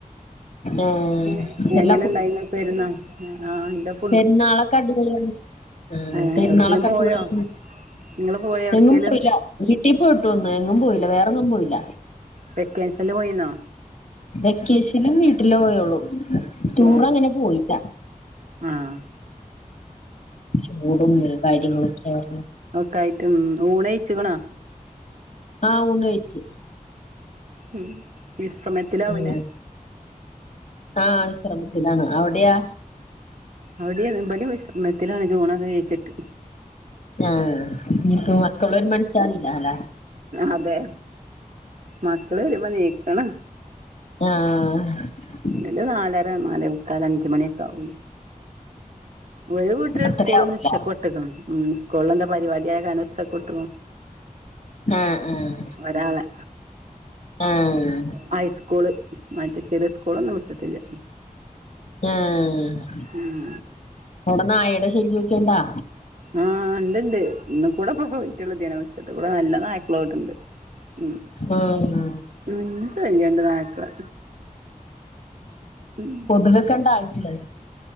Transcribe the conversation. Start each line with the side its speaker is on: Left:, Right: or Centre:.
Left: ആഹ്
Right: ഏഹ്
Left: എല്ലാ
Right: എങ്ങനെ ഇണ്ടായിര്ന്നു പെര്ന്ന ആഹ് ണ്ട്
Left: പെര്ന്നാളൊക്ക അടിപൊളിയാര്ന്ന്
Right: ഏഹ്
Left: പെര്ന്നാള്
Right: എവിടക്കേലും
Left: ക്ക
Right: പോയോ
Left: അടിപൊളിയാര്ന്ന്
Right: നിങ്ങള് പോയോ എവിടക്കേലും
Left: എങ്ങും പോയില്ല വീട്ടി പോയിട്ട് വന്ന് എങ്ങും പോയില്ല വേറെങ്ങും പോയില്ല
Right: വെക്കേഷൻല് പോയിന്നോ?
Left: വെക്കേഷനും വീട്ടിലേ പോയൊള്ളൂ ടൂറങ്ങനെ
Right: ആഹ്
Left: പോയില്ല
Right: ആഹ്
Left: ചൂടും കാര്യങ്ങളൊക്കായോ
Right: ഒക്കായിട്ട് ഉം ഊണഴിച്ച്ക്ക്ണോ?
Left: ആ ഊണ് കയ്ച്ച്
Right: ഉം വിസ്രമത്തിലാവോല്ലേ?
Left: ഉം ആഹ് വിസ്രമത്തിലാണ് അവിട്യാ?
Right: അവിടീം ഇബടേം വിസ്രമത്തിലാണ് ജൂണൊക്കെ കയ്ച്ചിട്ട്
Left: ആഹ് ഇനിമ്പോ മക്കളര്മ്പോഎൺ ച്ചാലിലാല
Right: അതെ മക്കള് വരുമ്പോണീക്കണം.
Left: ആഹ്.
Right: ഓല് നാലര നാലേമുക്കാൽ അഞ്ചുമണിയൊക്കാവും ഒര് കൂട്ടര്
Left: അത്രയാവൂല
Right: സ്കൂൾന്ന് ഉച്ചക്ക് വി ട്ട്ക്കും ഉം സ്കൂൾലെന്ത പരിപാട്യായ കാരണം ഉച്ചക്ക് വുട്ടു.
Left: ആഹ് ആഹ്.
Right: ഒരാളെ.
Left: ആഹ്
Right: ഹൈസ്കൂള് മറ്റേ ചെറിയ സ്കൂളൊന്നും വിട്ടിട്ടില്ല.
Left: ആഹ്.
Right: ഉം.
Left: അവട നായേടെ ശല്യോക്കെണ്ടാ?
Right: ആഹ് ഇണ്ട്ണ്ട് ഇന്നും കൂട പോയി. റ്റുള്ള ദിന മുറ്റത്ത്ക്കൂടെ നല്ല നായ്ക്കളോട്ണ്ട് ഉം.
Left: ആഹ്
Right: ഉം ശല്യാണ്ട് നായ്ക്കളെ ഉം.
Left: കൊതുകക്കണ്ടാ വീട്ട്ല്.